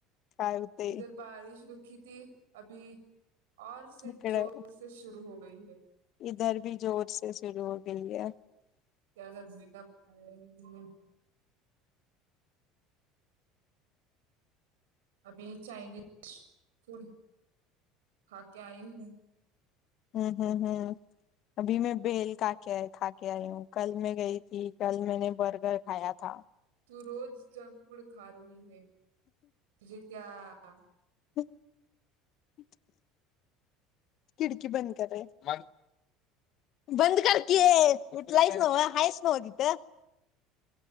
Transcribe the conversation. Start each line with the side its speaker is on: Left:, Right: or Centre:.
Left: काय हुतंय
Right: इधर <unintelligible> <unintelligible>
Left: इकडे
Right: <unintelligible>
Left: <unintelligible> <unintelligible>
Right: <unintelligible> <unintelligible>
Left: <unintelligible>
Right: <unintelligible> <unintelligible> हां.
Left: <unintelligible> खिडकी बंद कर रे मग बंद करकी उठलायस नव हायस नव तिथं